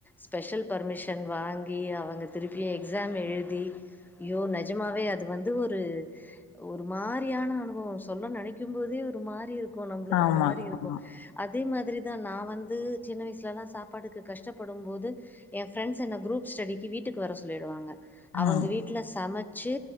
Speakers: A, in the centre; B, on the left.
A: ஸ்பெஷல் பர்மிஷன் வாங்கி அவுங்க திருப்பியு எக்ஸாம் எழுதி ஐயோ நெஜமாவே அது வந்து ஒரு ஒரு மாரியான அனுபவோ சொல்ல நினைக்கு போதே ஒரு மாரி இருக்கு நம்மளுக்கு
B: ஆமா,
A: அந்த மாதிரி இருக்கு
B: ஆமா.
A: அதே மாதிரிதா நா வந்து சின்ன வயசுலலா சாப்பாடுக்கு கஷ்டப்படுபோது என் ப்ரெண்ட்ஸ் என்ன குரூப் ஸ்டடிக்கு வீட்டுக்கு வர சொல்லிடுவாங்க அவங்க
B: ம்.
A: வீட்டில சமைச்சு